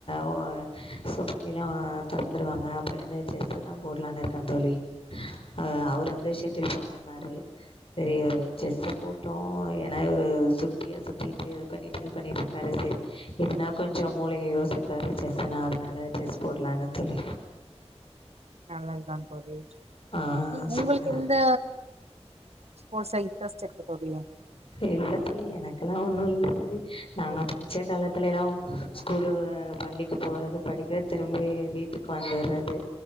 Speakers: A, on the left; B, on the right.
A: வ சோ பள்ளிலா தொறந்துருவாங்க அப்பலருந்து செஸ்ஸு தா போட்லானு இருக்க தோழி அ அவரு வந்து ஷெட்டில் போட்னூன்னாரு செரி இவரு செஸ்ஸு போட்டு ஏனா இவரு சுட்டியா சுத்திட்டு அது பண்ணிட்டு இது பண்ணிட்ருக்காரு செரி இதுனா கொஞ்சொ மூளைய யோசிப்பாரு செஸ்ஸுனா அதனால செஸ் போட்லானு தோழி
B: நல்லது தா தோழி
A: ஆ
B: நீ உங்களுக்கு
A: சொல்லுங்கள்
B: எந்த ஸ்போர்ட்ஸ்ல இன்ட்ரஸ்ட் இருக்கு தோழி
A: இல்ல தோழி எனக்கல்லா ஒன்னு இல்ல தோழி நாங்க படிச்ச காலத்துலெலா ஸ்கூலு பள்ளிக்குப் போறது படிக்கிறத் திரும்பி வீட்டுக்கு வந்துறது